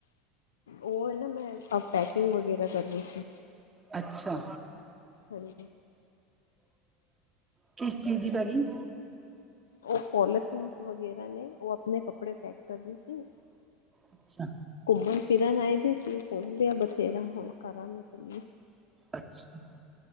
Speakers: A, on the left (about 75°); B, on the right (about 25°).
A: ਉਹ ਇਹ ਮੈਂ ਆਪ ਪੈਕਿੰਗ ਵਗੈਰਾ ਕਰਦੇ ਸੀ
B: ਅੱਛਾ।
A: ਹਾਂਜੀ
B: ਕਿਸ ਚੀਜ਼ ਦੀ ਪੈਕਿੰਗ
A: ਉਹ ਪੋਲੀਥੀਨਸ ਵਗੈਰਾ ਨੇ ਉਹ ਆਪਣੇ ਕੱਪੜੇ ਪੈਕ ਕਰ ਰਹੀ ਸੀ
B: ਅੱਛਾ,
A: ਘੁੰਮਣ ਫਿਰਨ ਆਏ ਦੀ ਸੀ ਘੁੰਮ ਲਿਆ ਬਥੇਰਾ ਹੋਣਾ ਚਲੀਏ
B: ਅੱਛਾ,